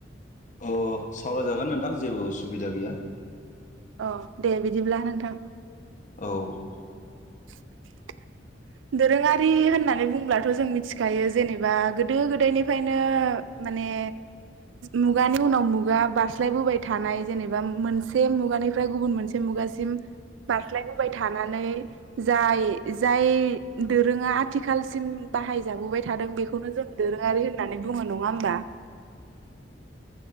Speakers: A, on the left; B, on the right.
A: अ सावरायजागोन नोंथां जेबो उसुबिदा गैया ।
B: अ दे बिदिब्ला नोंथां ।
A: औ ।
B: <inaudible> दोरोङारि होननानै बुंब्लाथ जों मिथिखायो जेनेबा गोदो गोदायनिफ्रायनो । माने मुगानि उनाव मुगा बारास्लायबोबाय थानाय जेनेबा मोनसे मुगानि निफ्राय गुबुन मोनसे मुगासिम बारस्लायबोबाय थानानै जाय जाय दोरोङा आथिखालसिम बाहायजाबोबाय थादों बेखौनो जोङो दोरोङारि होननानै बुङो नङा होमबा? <inaudible>